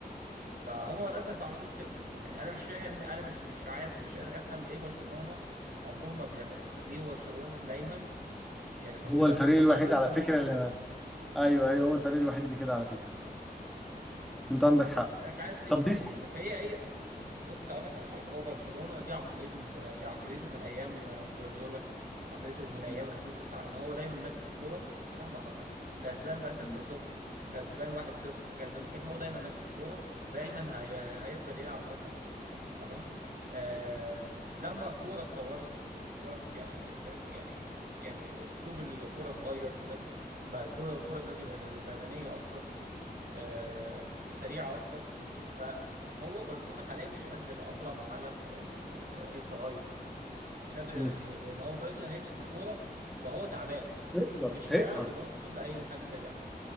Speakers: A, on the right (about 65°); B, in the centre.
A: فهم للاسف ما عملوش كده يعني انا مش فاهم انا مش مش عاد مش قادر افهم ليه برشلونه عمرهم ما بيعملوا كده ليه برشلونه دايما يعني خلاص
B: هو
A: بيبقى
B: الفريق
A: متقدم
B: الوحيد على
A: ومش
B: فكرة
A: ع-
B: اللي ايوه ايوه هو الفريق الوحيد اللي كده على فكرة انت عندك حق
A: انا مش عارف ليه
B: طب ليه صحيح
A: بس هي هي بص اقول لك على حاجه هو برشلونه دي عقليته من زمان دي عقليته من ايام جوارديولا عقليته من ايام
B: مم.
A: 2009 ان هو دايما ماسك الكوره مهما حصل كسبان بقى 6-0
B: أيوة.
A: كسبان 1-0 كسبان مش عارف إيه، هو دايما ماسك الكوره ودايما هي... هي- هيفضل يلعب لغايه اخر لحظه تمام آه... لما الكوره اتطورت والكوره يعني ات- يعني يعني اسلوب الكوره اتغير دلوقتي بقى الكوره الكوره دلوقتي بدن- بدنيه اكتر آه، وسريعة أكتر فهو برشلونة حاليا مش قادر يتأقلم على ال- آه، التغير ده مش قادر
B: مم.
A: ي- لأن هو دلوقتي هيمسك الكورة وهو تعبان
B: هيقدر
A: مش
B: هيتعب
A: هيعرف إن هو يصد أي حاجة سريعة